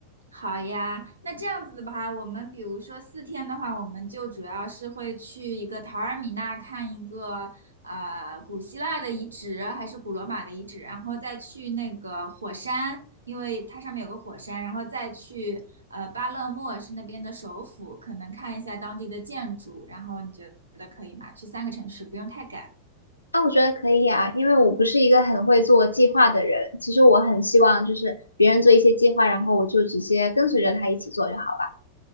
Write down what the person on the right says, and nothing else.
好呀，那这样子的话，我们比如说四天的话，我们就主要是会去一个塔尔米纳看一个呃古希腊的遗址，还是古罗马的遗址，然后再去那个火山，因为它上面有个火山，然后再去呃巴勒莫是那边的首府，可能看一下当地的建筑，然后你觉得可以吗？去三个城市，不用太赶。